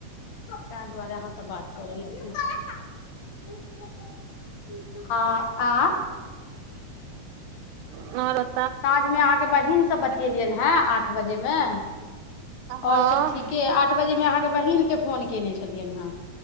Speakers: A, on the left; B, on the right.
A: तै दुआारे अहाॅं त बात करे लगलहुं। हाॅं आ
B: हाॅं ओ <unintelligible>
A: साँझमे अहाँके बहिन से बतियेलियन हे आठ बजे में
B: हँ
A: और सब ठीके ये, आठ बजे में अहाँके बहिन के फोन केने छलियनि हें।